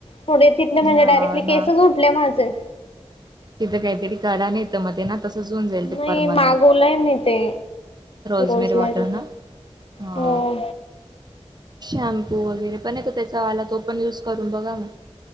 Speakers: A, on the left (about 60°); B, on the right (about 40°).
A: थोडे तिथ म्हणजे
B: हा
A: डायरेक्टली केसेच
B: ना
A: उटले माझे.
B: तिथं काहीतरी करा, नाहीेतर मग ते ना तसंच होऊन जाईल ते
A: नाही
B: permanent
A: मागवलंय मी ते
B: रोज
A: rosemary
B: मेरी water ना, हा.
A: हो
B: शॅम्पू वगैरे पण येतो त्याचावाला, तो पण यूज करून बघा मग.